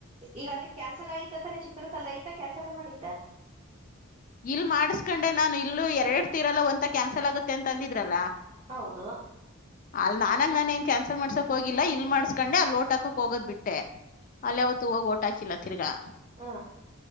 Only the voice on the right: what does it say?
ಈಗ ಅಲ್ಲಿ ಕ್ಯಾನ್ಸಲ್ ಆಗತತಾನೆ ಚಿಕ್ಕದ ಕಐತ ಕ್ಯಾನ್ಸಲ್. ಲ್ಲ ಮಾಡಿತಾ.
ಹೌದು.
ಹಾ.